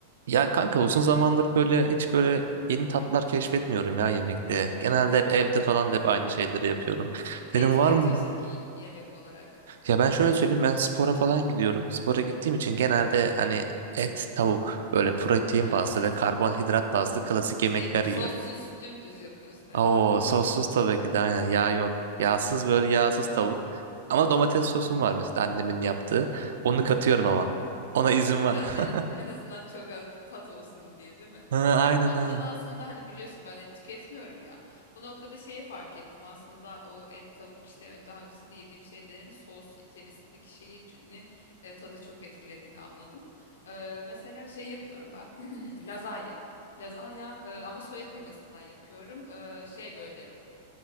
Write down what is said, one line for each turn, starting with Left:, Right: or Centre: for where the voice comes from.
Right: Ya kanka uzun zamandır böyle hiç böyle yeni tatlar keşfetmiyorum ya yemekte.
Left: Hmm.
Right: Genelde hep evde falan da hep aynı şeyleri yapıyorum.
Left: Ne
Right: Dedim
Left: tüketiyorsun
Right: var mı?
Left: ki yemek olarak
Right: Ya ben şöyle
Left: son
Right: söyleyeyim
Left: zaman?
Right: ben spora falan gidiyorum. Spora gittiğim
Left: Hmm.
Right: için genelde hani et, tavuk böyle protein
Left: Ha
Right: bazlı
Left: klasik.
Right: ve karbonhidrat bazlı klasik yemekler
Left: Şey sossuz
Right: yiyorum.
Left: dümdüz yapıyorsun herhalde
Right: Oo
Left: değil
Right: sossuz
Left: mi?
Right: tabii ki de aynen yağ yok. Yağsız böyle yağsız
Left: Aynen.
Right: tavuk. Ama domates sosum var mesela annemin yaptığı. Onu katıyorum
Left: <laughs>
Right: ama. Ona izin
Left: Ha
Right: var.
Left: biraz en,
Right: <laughs>
Left: en azından çok az bir tat olsun diye değil mi?
Right: Ha,
Left: Ya
Right: aynen
Left: bu noktada
Right: aynen.
Left: aslında hani biliyorsun ben et tüketmiyorum ya. Bu noktada şeyi fark ettim aslında o et tavuk işte ön- daha öncesinde yediğim şeylerin sos içerisindeki şeyinin e, tadı çok etkilediğini anladım. Ee, mesela şey yapıyorum ben <clears throat> lazanya. Lazanya e, ama soya kıymasından yapıyorum. Ee, şey böyle.